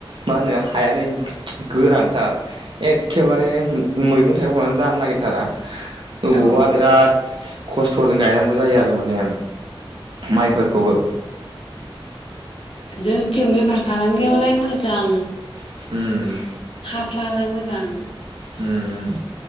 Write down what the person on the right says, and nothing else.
मा होनो हायानो गोरानथार ए एखेबारे मैगं एवनानै जानो नागिरथारा ओबावबा
बिराद खस्थ'जों गायनांगौ जायो आरो माने माइफोरखौबो
उम
ओम